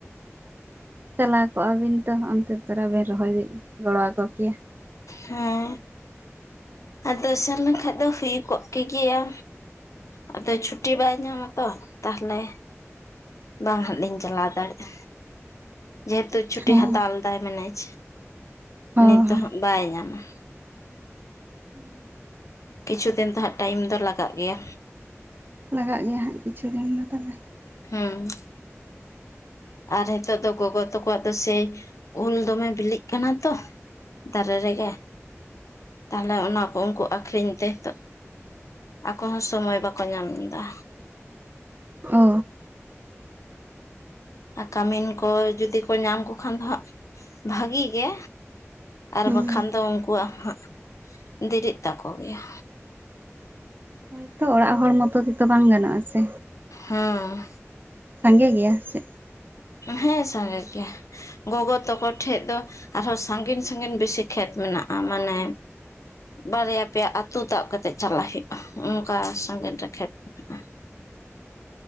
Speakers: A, on the right; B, on the left.
A: ᱪᱟᱞᱟᱣ ᱠᱚᱜᱼᱟ ᱵᱤᱱ ᱛᱚ ᱚᱱᱛᱮ ᱛᱚᱨᱟ ᱵᱤᱱ ᱨᱚᱦᱚᱭ ᱜᱚᱲᱚᱣᱟᱠᱚ ᱠᱮᱭᱟ
B: ᱦᱮᱸ ᱟᱫᱚ ᱥᱮᱱ ᱞᱮᱱᱠᱷᱟᱡ ᱫᱚ ᱦᱩᱭ ᱠᱚᱜ ᱠᱮᱜᱮᱭᱟ ᱟᱫᱚ ᱪᱷᱩᱴᱤ ᱵᱟᱭ ᱧᱟᱢ ᱟᱛᱚ ᱛᱟᱦᱞᱮ ᱵᱟᱝ ᱦᱟᱸᱜ ᱞᱤᱧ ᱪᱟᱞᱟᱣ ᱫᱟᱲᱮᱜᱼᱟ ᱡᱮᱦᱮᱛᱩ ᱪᱷᱩᱴᱤ
A: ᱦᱮᱸ
B: ᱦᱟᱛᱟᱣ ᱞᱮᱫᱟᱭ ᱢᱮᱱᱮᱡ
A: ᱦᱚᱸ
B: ᱱᱤᱛ ᱫᱚ ᱦᱟᱸᱜ ᱵᱟᱭ ᱧᱟᱢᱟ
A: <inaudible>
B: ᱠᱤᱪᱷᱩ ᱫᱤᱱ ᱫᱚ ᱦᱟᱸᱜ ᱴᱟᱭᱤᱢ ᱫᱚ ᱞᱟᱜᱟᱜ ᱜᱮᱭᱟ
A: ᱞᱟᱜᱟᱜ ᱜᱮᱭᱟ ᱦᱟᱸᱜ ᱠᱤᱪᱷᱩ ᱫᱤᱱ ᱫᱚ ᱛᱚᱵᱮ
B: ᱦᱩᱸ ᱟᱨ ᱦᱮᱛᱳᱜ ᱫᱚ ᱜᱚᱜᱚ ᱛᱟᱠᱚᱣᱟᱜ ᱫᱚ ᱥᱮᱭ ᱩᱞ ᱫᱚᱢᱮ ᱵᱤᱞᱤᱜ ᱠᱟᱱᱟ ᱛᱚ ᱫᱟᱨᱮ ᱨᱮᱜᱮ ᱛᱟᱦᱚᱞᱮ ᱚᱱᱟ ᱠᱚ ᱩᱱᱠᱩ ᱟᱠᱠᱷᱨᱤᱧ ᱛᱮ ᱦᱤᱛᱚᱜ ᱟᱠᱚ ᱦᱚᱸ ᱥᱚᱢᱚᱭ ᱵᱟᱠᱚ ᱧᱟᱢ ᱮᱫᱟ
A: ᱚ
B: ᱟᱨ ᱠᱟᱢᱤᱱ ᱠᱚ ᱡᱩᱫᱤ ᱠᱚ ᱧᱟᱢ ᱠᱚ ᱠᱷᱟᱱ ᱫᱚ ᱦᱟᱸᱜ ᱵᱷᱟᱹᱜᱤ ᱜᱮ ᱟᱨ
A: ᱦᱩᱸ
B: ᱵᱟᱠᱷᱟᱱ ᱫᱚ ᱩᱱᱠᱩᱣᱟᱜ ᱦᱚᱸ ᱦᱟᱸᱜ ᱫᱮᱨᱤᱜ ᱛᱟᱠᱚ ᱜᱮᱭᱟ
A: ᱦᱳᱭᱛᱚ ᱚᱲᱟᱜ ᱦᱚᱲ ᱢᱚᱛᱚ ᱛᱮᱛᱚ ᱵᱟᱝ ᱜᱟᱱᱚᱜᱼᱟ ᱥᱮ
B: ᱦᱩᱸ
A: ᱥᱟᱸᱜᱮ ᱜᱮᱭᱟ ᱥᱮ
B: ᱦᱮᱸ ᱥᱟᱸᱜᱮ ᱜᱮᱭᱟ ᱜᱚᱜᱚ ᱛᱟᱠᱚ ᱴᱷᱮᱡ ᱫᱚ ᱟᱨᱦᱚᱸ ᱥᱟᱺᱜᱤᱧ ᱥᱟᱺᱜᱤᱧ ᱵᱮᱥᱤ ᱠᱷᱮᱛ ᱢᱮᱱᱟᱜᱼᱟ ᱢᱟᱱᱮ ᱵᱟᱨᱭᱟ ᱯᱮᱭᱟ ᱟᱹᱛᱩ ᱛᱟᱵ ᱠᱟᱛᱮᱜ ᱪᱟᱞᱟᱜ ᱦᱩᱭᱩᱜᱼᱟ ᱚᱱᱠᱟ ᱥᱟᱺᱜᱤᱧ ᱨᱮ ᱠᱷᱮᱛ ᱢᱮᱱᱟᱜᱼᱟ